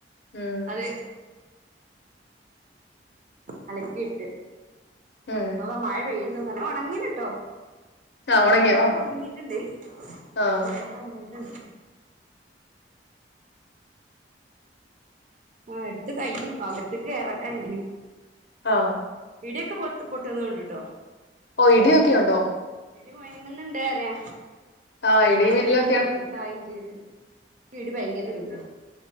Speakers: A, on the left; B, on the right.
A: ഉം.
B: അത് അലക്കിയിട്ട്
A: ഉം
B: ഇപ്പൊ മഴ പെയ് ഇ ന്നലോ ഒണങ്ങിണ് ട്ടോ.
A: ആഹ്
B: സംഭവങ്ങളൊക്കെ
A: ഒണങ്ങിയോ
B: ഉണങ്ങിട്ടുണ്ട്
A: ആഹ്
B: ന്നന്നായിട്ട് ഒൺങ്ങിട്ടുണ്ട്. ആ എടുത്ത് കഴിഞ്ഞു അകത്ക് കേറട്ട അങ്‌ന്.
A: ആഹ.
B: ഇഡിയൊക്കെ പൊട്ടുണ്ട് പൊട്ടു ണുണ്ട്
A: ഓഹ് ഇടിയൊക്കെ ഉണ്ടോ
B: ഇടി മൊയങ്ങുന്നുണ്ട് അറ്യാ.
A: ആഹ്
B: ഞാനാണെങ്കി
A: ഇടി മിന്നലൊക്കെയാണ്
B: വീട്ട്ല് ഒറ്റക്കായി ചെയ്ത്. ക് ഇടി ഭയങ്കര പേടിയാ